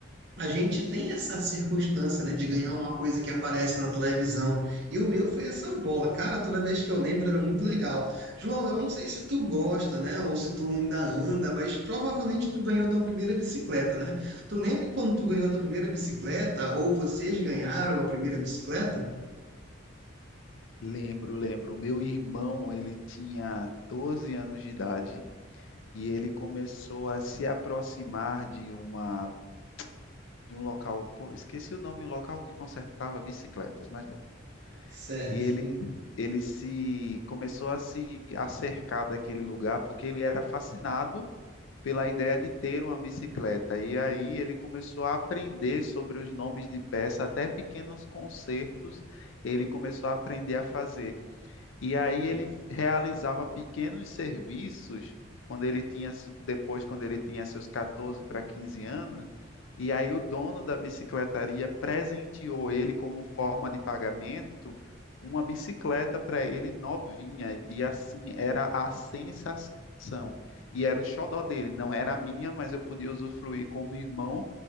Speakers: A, on the right; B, on the left.
A: a gente tem essa circunstância, né, de ganhar uma coisa que aparece na televisão. E o meu foi essa bola. Cara, toda vez que eu lembro era muito legal. João, eu não sei se tu gosta, né, ou se tu ainda anda, mas provavelmente tu ganhou tua primeira bicicleta, né? Tu lembra quando tu ganhou tua primeira bicicleta ou vocês ganharam a primeira bicicleta?
B: Lembro, lembro. Meu irmão, ele tinha 12 anos de idade e ele começou a se aproximar de uma de um local, pô, esqueci o nome, um local que consertava bicicletas, mas bom.
A: Certo.
B: E ele ele se começou a se acercar daquele lugar porque ele era fascinado pela ideia de ter uma bicicleta. E aí ele começou a aprender sobre os nomes de peça, até pequenos consertos ele começou a aprender a fazer. E aí ele realizava pequenos serviços quando ele tinha, depois, quando ele tinha seus 14 para 15 anos, e aí o dono da bicicletaria presenteou ele como forma de pagamento uma bicicleta para ele novinha, e assim era a sensação. E era o xodó dele, não era a minha, mas eu podia usufruir como irmão,